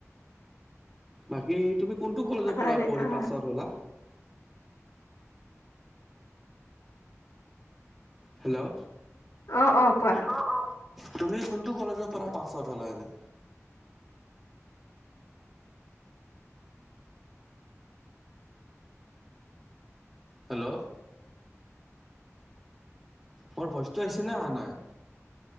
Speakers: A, in the centre; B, on the left.
A: বাকী তুমি কোনটো কলেজৰ পৰা
B: আৰে
A: পঢ়ি
B: আহ
A: পাছ আউট হ'লা? হেল্ল'।
B: অ অ কোৱা
A: অ, অ। তুমি কোনটো কলেজৰ পৰা পাছ আউট হ'লা এনে? হেল্ল'। মোৰ ভইচটো আহছে নে অহা নাই।